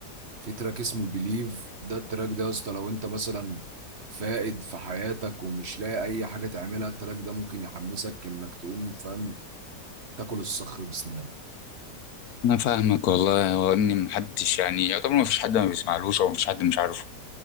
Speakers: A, on the right; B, on the left.
A: في تراك اسمه بليف ده التراك ده يا اسطى لو انت مثلا فائد في حياتك ومش لاقي اي حاجه تعملها التراك ده ممكن يحمسك انك تقوم فاهم تاكل الصخر بسنان
B: انا فاهمك والله هو امينيم محدش يعني يعتبر ما فيش حد ما بيسمعلوش او ما فيش حد مش عارفه